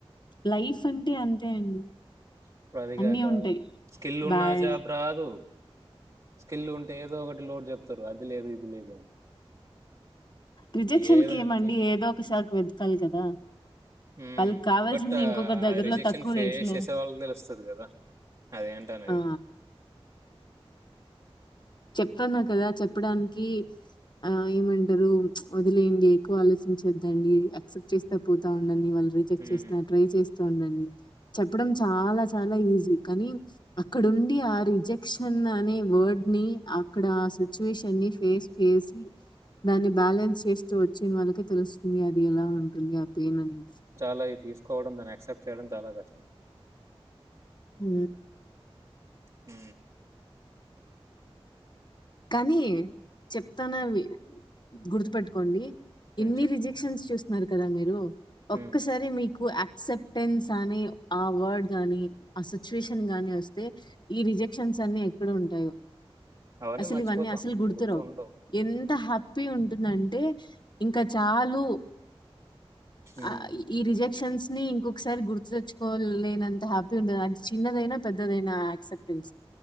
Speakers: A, on the left; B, on the right.
A: లైఫ్ అంటే అంతే అండి
B: ఇప్పుడు అదిగాక
A: అన్ని ఉంటాయి
B: స్కిల్ ఉన్నా
A: బ్యాడ్
B: జాబ్ రాదు స్కిల్ ఉంటే ఏదో ఒకటి లోట్ చెప్ చెప్తారు అది లేదు ఇది లేదు అని
A: రిజెక్షన్
B: ఏ
A: కి
B: దానికి
A: ఏమండి ఏదో ఒకసారి వెతకాలి కదా
B: ఊ
A: వాళ్ళకి కావాల్సింది
B: బట్ ఆది
A: ఇంకొకరి దగ్గరలో
B: రిజెక్షన్
A: తక్కువ
B: ఫేస్
A: రేట్ లో
B: చేసే వాళ్ళు తెలుస్తుది కదా అదేంటనేది
A: ఆ చెప్తన్నా కదా చెప్పడానికి ఆ ఏమంటారు వదిలేయండి ఎక్కువ ఆలోచించొద్దండి యాక్సెప్ట్ చేస్తా పోతా ఉం ఇవాళ రిజెక్ట్
B: హ్మ్.
A: చేసిన ట్రై చేస్ బాధగా ఉందండి చెప్పడం చాలా చాలా ఈజీ కానీ అక్కడండి ఆ రిజెక్షన్ అనే వర్డ్ ని అక్కడ ఆ సిచ్యువేషన్ని ని ఫేస్ చేసి దాన్ని బ్యాలెన్స్ చేస్ సో వచ్చిన వాళ్ళకే తెలుస్తుంది అది ఎలా ఉంటుంది ఆ పెయిన్ అనేది
B: చాలా ఇది తీసుకోవడం దాని అక్సెప్ట్ చేయడం చాలా కష్టం
A: ఊ
B: ఊ
A: కానీ చెప్తానవి గుర్తుపెట్టుకోండి
B: హ్మ్.
A: ఎన్ని
B: చెప్పండి.
A: రిజెక్షన్స్ చూస్ న్నారు కదా మీరు
B: హ్మ్.
A: ఒక్కసారి మీ అక్సెప్టెన్స్ అని ఆ వర్డ్ గానీ ఆ సిచ్యుయేషన్ గాని వస్తే ఈ రిజెక్షన్స్ అన్ని ఎక్కడ ఉంటాయో
B: అవన్నీ
A: అసలు
B: మర్చిపోతాం.
A: ఇవన్నీ అసలు గుర్తురావు
B: గుర్తుండవు.
A: ఎంత హ్యా హ్యాపీ ఉంటుందంటే ఇంక చాలు
B: హ్మ్.
A: ఆ ఈ రిజెక్షన్స్ ని ఇంకొకసారి గుర్తు తెచ్చుకోవలేనంత హ్యాపీ ఉండేది అది చిన్నదైనా పెద్దదైనా యాక్సెప్టెన్స్